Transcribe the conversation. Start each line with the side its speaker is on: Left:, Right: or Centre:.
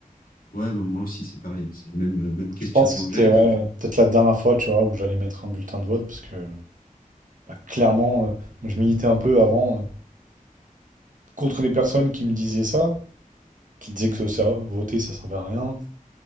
Left: ouais, bon, moi aussi, c'est pareil. C'est le même, même questionnement
Right: Je pense que c'était
Left: que j'ai.
Right: ouais,
Left: parce que je-
Right: peut-être la dernière fois, tu vois, où j'allais mettre un bulletin de vote, parce que... Bah, clairement, euh, je militais un peu avant euh, contre les personnes qui me disaient ça, qui disaient que ça- voter ça servait à rien,